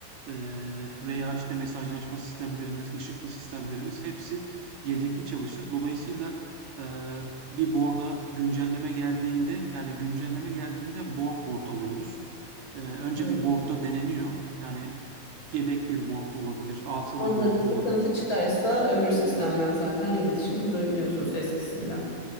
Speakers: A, on the right; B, on the left.
A: eee, veya işte mesajlaşma sistemlerimiz, ışıklı sistemlerimiz hepsi yedekli çalışır. Dolayısıyla eee, bir board'a güncelleme geldiğinde yani güncelleme geldiğinde board board alıyoruz. Eee, önce
B: Hmm.
A: bir board'da deneniyor. Yani yedek bir board da olabilir, atıl
B: Onda
A: bir board
B: bir sıkıntı
A: da olabilir.
B: çıkarsa öbür sistemden zaten iletişim kurabiliyorsunuz eskisinden.
A: Evet.